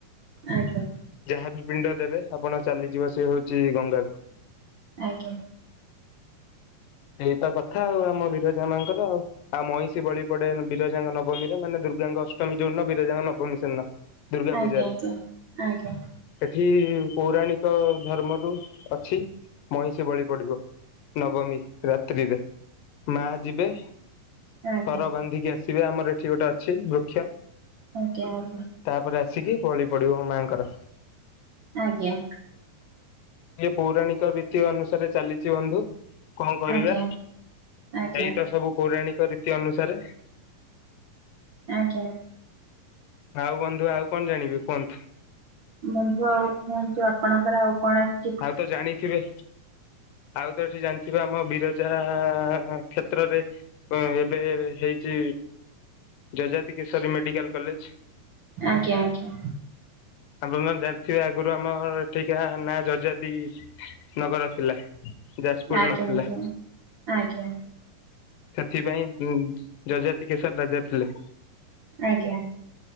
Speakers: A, on the right; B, on the left.
A: ଆଜ୍ଞା
B: ଯାହାବି ପିଣ୍ଡ ଦେବେ ଆପଣ ଚାଲିଯିବ ସେ ହଉଛି ଗଙ୍ଗାକୁ।
A: ଆଜ୍ଞା।
B: ଏଇତ କଥା ଆଉ ଆମ ବିରଜା ମଙ୍କର ଆଉ। ଆଉ ମଇଁଷି ବଳି ପଡେ ବିରଜାଙ୍ଗ ନବମୀର ମାନେ ଦୁର୍ଗାଙ୍କ ଅଷ୍ଟମୀ ଯୋଉନ ବୀରଜାଙ୍କ ନବମୀ ସେ ଦିନ। ଦୁର୍ଗା ପୂଜାରେ।
A: ଆଜ୍ଞା ଆଜ୍ଞା ଆଜ୍ଞା ଆଜ୍ଞା ଆଜ୍ଞା
B: ଏଠି ପୌରାଣିକ ଧର୍ମରୁ ଅଛି ମଇଁଷି ବଳି ପଡିବ। ନବମୀ ରାତ୍ରିରେ। ମା ଯିବେ ସର
A: ଆଜ୍ଞା
B: ବାନ୍ଧିକି ଆସି ଶିରାମର ଏଠି ଗୋଟେ ଅଛି ବୃକ୍ଷ।
A: ଆଜ୍ଞା ଆଜ୍ଞା।
B: ତାପରେ ଆସିକି ବଳି ପଡିବ ମାଆଙ୍କର।
A: ଆଜ୍ଞା।
B: ସେଇ ପୌରାଣିକ ଭିତୀ ଅନୁସାରେ ଚାଲିଛି ବନ୍ଧୁ। କଣ
A: ଆଜ୍ଞା
B: କରିବା
A: ଆଜ୍ଞା
B: ଏଇତ ସବୁ ପୌରାଣିକ ରୀତି ଅନୁସାରେ?
A: ଆଜ୍ଞା।
B: ଆଉ ବନ୍ଧୁ ଆଉ କଣ ଜାଣିବି କୁହନ୍ତୁ?
A: ବନ୍ଧୁ ଆଉ କୁହନ୍ତୁ ଆପଣଙ୍କର ଆଉ କଣ ଅଜି?
B: ଆଉ ତ ଜାଣିଥିବେ ଆଉ ତ ଏଠି ଜାଣିଥିବ ଆମ ବିରଜା କ୍ଷେତ୍ରରେ ହଁ ଏବେ ହେଇଛି ଯଜାତି କିଶୋରୀ ମେଡିକାଲ କଲେଜ।
A: ଆଜ୍ଞା ଆଜ୍ଞା।
B: ଆପଣ ମାନେ ଜାଣି ଥିବେ ଆଗୁରୁ ଆମ ଏଠିକା ନା ଯଦି। ଜତି ନଗର ଥିଲା ଯାଜପୁରୁ
A: ଆଜ୍ଞା
B: ନଥିଲା।
A: ଆଜ୍ଞା ଆଜ୍ଞା
B: ସେଥିପାଇଁ ଯଯାତି କେଶର ରାଜା ଥିଲେ।
A: ଆଜ୍ଞା